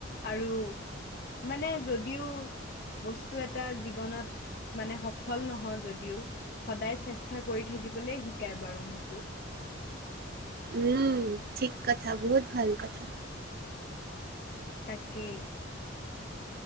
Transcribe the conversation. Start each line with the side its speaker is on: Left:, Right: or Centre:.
Left: আৰু মানে যদিও বস্তু এটা জীৱনত মানে সফল নহওঁ যদিওঁ সদায় চেষ্টা কৰি থাকিবলে শিকাই বাৰু মোকো।
Right: উম, ঠিক কথা বহুত ভাল কথা।
Left: তাকে।